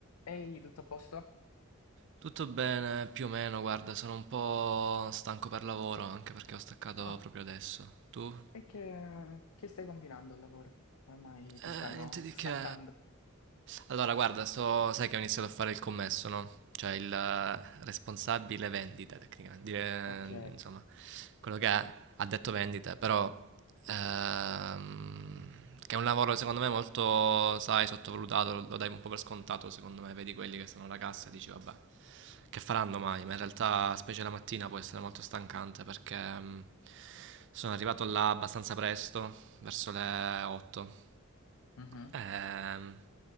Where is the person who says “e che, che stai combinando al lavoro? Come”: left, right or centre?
Left